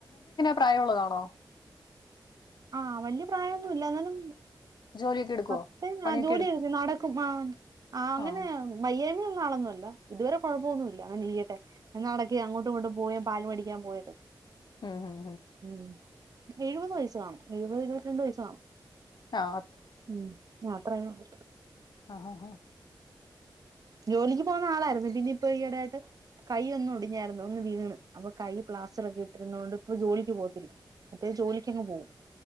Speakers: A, on the left; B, on the right.
A: പ്രായം ഉള്ളതാണോ
B: ആ വല്യ പ്രായ ഒന്നു മി ല്ല എന്നാലും
A: ജോലിയൊക്കെ എടുക്കുവോ
B: പത്ത
A: പണിയൊക്കെ
B: ആ ജോലി
A: എടു
B: എ നടക്കും ആ ആ അങ്ങനെ
A: ആഹ്
B: വയ്യ നാളന്നുമല്ല ഇതുവരെ കുഴപ്പമൊന്നുമല്ല അങ്ങനിരിക്കട്ടെ എന്ന നടക്കി അങ്ങോട്ടും ഇങ്ങോട്ട് പോയ പാല് മടിക്കാൻ പോയതക്കെ
A: ഉം ഉം
B: ഉം എഴുപത് വയസ്സാകും എഴുപത് ഇരുപത്തിരണ്ട് വയസ്സാകും
A: ആ
B: ഉം അത്രേ ഉള്ളു
A: ആആഹാ
B: ജോലിക്ക് പോകുന്ന ആളായിരുന്നു പിന്നെ ഇപ്പൊ ഈടെ ആയിട്ട് കൈ ഒന്ന് ഒടിഞ്ഞായിരുന്നു ഒന്ന് വീണ് അപ്പൊ കൈ പ്ലാസ്റ്റർ ഒക്കെ ഇട്ടിരുന്ന കൊണ്ട് ഇപ്പൊ ജോലിക്ക് പോകത്തില്ല മറ്റേ ജോലിക്ക് അങ് പോകും